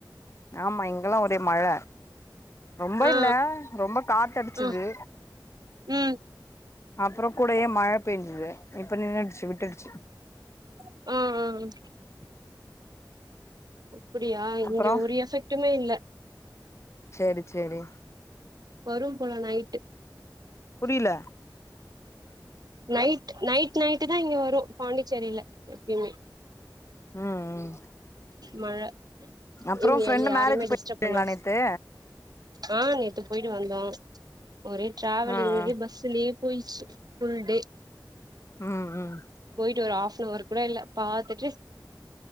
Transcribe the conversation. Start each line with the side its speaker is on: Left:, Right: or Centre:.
Left: ஆமா இங் இங்கெல்லா ஒரே மழ ரொம்ப
Right: ஆ
Left: இல்ல ரொம்ப காத்தடிச்சிது
Right: ஆ ம்
Left: அப்றோ கூடயே மழ பேஞ்சிது இப்ப நின்னுடுச்சு விட்டுடுச்சு
Right: ஆஆ அப்டியா இங்க
Left: அப்புறோ
Right: ஒரு எஃபெக்ட்டுமே இல்ல
Left: சரி சரி
Right: வரும் போல நைட்டு
Left: புரியில
Right: நைட் நைட் நைட்டு தான் இங்க வரும் பாண்டிச்சேரில எப்பயுமே
Left: ம் ம்
Right: மழ
Left: அப்றோ
Right: இங்க
Left: ஃப்ரெண்டு்
Right: எல்ல யாரையுமே
Left: மேரேஜ் போயிட்டீங்களா
Right: டிஸ்டர்ப் பண்ணாது
Left: நேத்து
Right: ஆ நேத்து போயிட்டு வந்தோ ஒரே ட்ராவல்
Left: ஆ ஆ
Right: எங்களுக்கே பஸ்ஸுலே போய்ச்சு ஃபுல்டே
Left: ம் ம்
Right: போய்ட்டு ஒரு ஹாஃபனவர் கூட இல்ல பாத்துட்டு